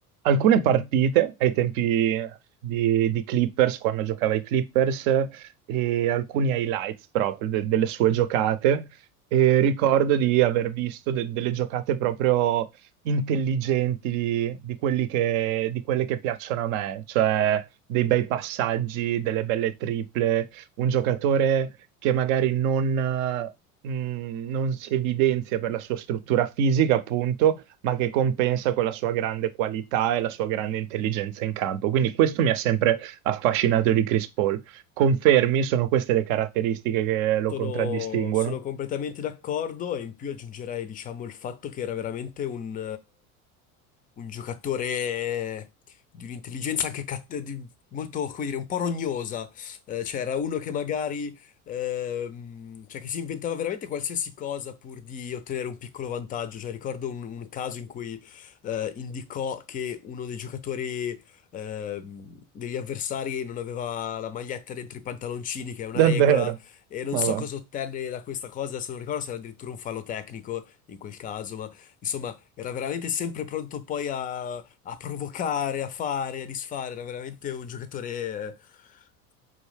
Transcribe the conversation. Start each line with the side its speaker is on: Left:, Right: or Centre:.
Right: Alcune partite ai tempi di, di Clippers, quando giocava ai Clippers, e alcuni highlights proprio de- delle sue giocate. E ricordo di aver visto de- delle giocate proprio intelligenti di, di quelli che- di quelle che piacciono a me, cioè dei bei passaggi, delle belle triple, un giocatore che magari non, eh, mh, non si evidenzia per la sua struttura fisica, appunto ma che compensa con la sua grande qualità e la sua grande intelligenza in campo. Quindi questo mi ha sempre affascinato di Chris Paul. Confermi, sono queste le caratteristiche che lo
Left: Sono,
Right: contraddistinguono?
Left: sono completamente d'accordo e in più aggiungerei, diciamo, il fatto che era veramente un... un giocatore di un'intelligenza anche cat- di- molto, come dire, un po' rognosa. Eh, cioè, era uno che magari, ehm, cioè, che si inventava veramente qualsiasi cosa pur di ottenere un piccolo vantaggio. Cioè, ricordo un, un caso in cui eh, indicò che uno dei giocatori. ehm, degli avversari non aveva la maglietta dentro i pantaloncini, che è una
Right: Davvero?
Left: regola, e non
Right: Ma
Left: so
Right: va.
Left: cosa ottenne da questa cosa, se non ricordo se era addirittura un fallo tecnico in quel caso, ma insomma era veramente sempre pronto poi a, a provocare, a fare, a disfare. Era veramente un giocatore, eh,